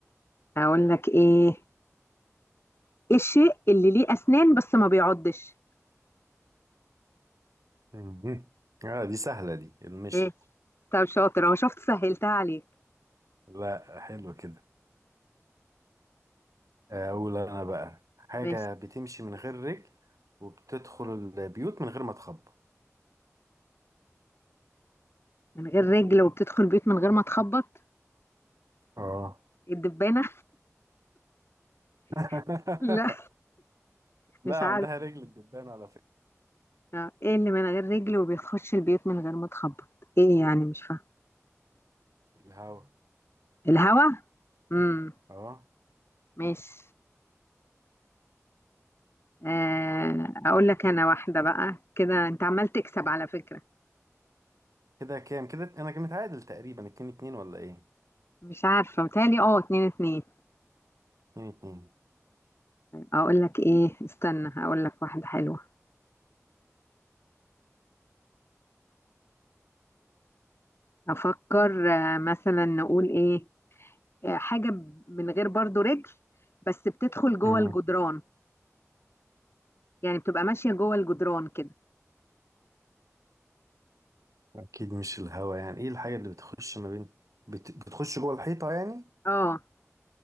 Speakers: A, on the left (about 50°); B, on the right (about 85°).
A: هقول لك ايه ايه الشيء اللي ليه اسنان بس ما بيعضش
B: مهم. اه دي سهلة دي المشط
A: ايه طب شاطر اهو شفت سهلتها عليك
B: لا حلو كده أقول أنا بقى حاجة
A: ماشي
B: بتمشي من غير رجل وبتدخل البيوت من غير ما تخبط
A: من غير رجل وبتدخل بيوت من غير ما تخبط
B: اه
A: إيه الدبانة
B: <laughs>
A: <laughs> لا
B: لا
A: مش عارف
B: عندها رجل الدبان على فكرة
A: آه، ايه اللي من غير رجل وبيخش البيوت من غير ما تخبط ايه يعني مش فاهم
B: الهوا
A: الهوا امم
B: اه
A: ماشي آه، اقول
B: دول
A: لك انا واحدة بقى كده انت عمال تكسب على فكرة
B: كده كام كده أنا كنت متعادل تقريبا اتنين اتنين ولا إيه
A: مش عارفة متهيألي اه اتنين اتنين
B: اتنين اتنين
A: اقول لك ايه استنى اقول لك واحدة حلوة افكر آه، مثلا نقول ايه آه، حاجة ب- من غير برضو رجل بس بتدخل
B: مم.
A: جوه الجدران يعني بتبقى ماشية جوه الجدران كده
B: أكيد مش الهوا يعني إيه الحاجة اللي بتخش ما بين بت... بتخش جوه الحيطة يعني
A: اه